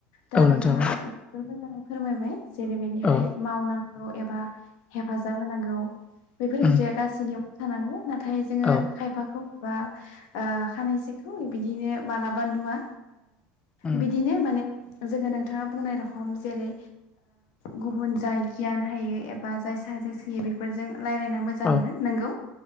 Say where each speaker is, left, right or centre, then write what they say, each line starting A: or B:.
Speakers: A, on the left (about 70°); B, on the left (about 20°).
A: दा
B: औ नोंथां
A: नोंथाङा जोबोर मोजां फोरमायबाय जेरैबायदिहाय
B: औ
A: मावनांगौ एबा हेफाजाब होनांगौ बेफोर
B: उम
A: हुदाया गासैनियावबो थानाङो नाथाय जोङो
B: औ
A: खायफाखौ बा खानैसोखौ बिदिनो मालाबा नुवा
B: उम
A: बिदिनो माने जोङो नोंथाङा बुंनाय रखम जेरै गुबुन जाय गियान हायो एबा जाय साजेस बेफोरजों रायज्लायना मोजां
B: औ
A: मोनो नोंगौ